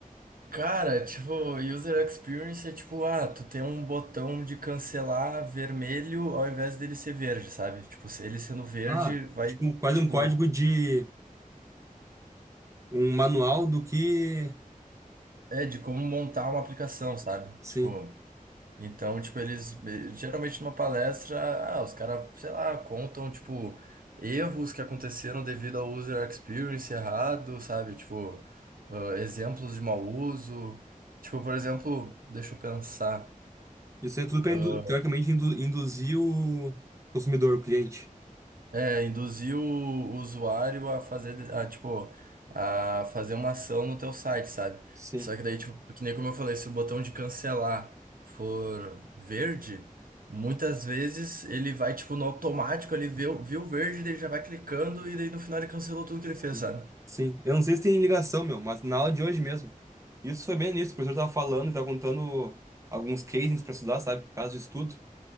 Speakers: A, on the right; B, on the right.
A: Cara, tipo, user experience é tipo, ah, tu tem um botão de cancelar vermelho ao invés dele ser verde, sabe? Tipo, se ele sendo verde
B: Ah,
A: vai,
B: tipo, quase
A: tipo,
B: um código de um manual do que.
A: é de como montar uma aplicação, sabe?
B: Sim.
A: Tipo, então, tipo, eles eh, geralmente numa palestra, ah, os caras, sei lá, contam, tipo, erros que aconteceram devido ao user experience errado, sabe? Tipo, ah, exemplos de mau uso. Tipo, por exemplo, deixa eu pensar.
B: Isso aí é tudo para,
A: ah,
B: teoricamente, indu- induzir o consumidor, o cliente.
A: É, induzir o usuário a fazer, a, tipo, a fazer uma ação no teu site, sabe?
B: Sim.
A: Só que daí, tipo, que nem como eu falei, se o botão de cancelar for verde, muitas vezes ele vai, tipo, no automático, ele vê, o- viu o verde, daí ele já vai clicando e daí no final ele cancelou tudo que ele
B: Sim.
A: fez, sabe?
B: Sim. Eu não sei se tem ligação, meu, mas na aula de hoje mesmo. Isso foi bem nisso. O professor tava falando, e tava contando alguns cases para estudar, sabe? Casos de estudo.